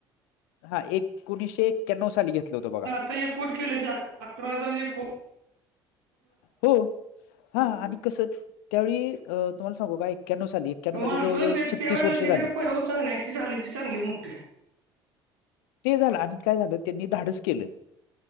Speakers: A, on the left; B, on the right.
A: हा एकोणीसशे एक्याण्नव साली घेतल होतं बघा
B: हे कोच केले अकरा को
A: हो हा
B: मग
A: आणि कस त्यावेळी अ तुम्हाला सांगू का ए्याण्व साली एक्क्याण्णव
B: माणस
A: म्हणजे जवळ-जवळ
B: ते त्या वेळेला
A: वर्ष
B: त्याच्या
A: झाली.
B: पै होत नाही ती झाली ती चांगली मोठी
A: ते झालं आणिध काय झालं त्यांनी धाडस केलं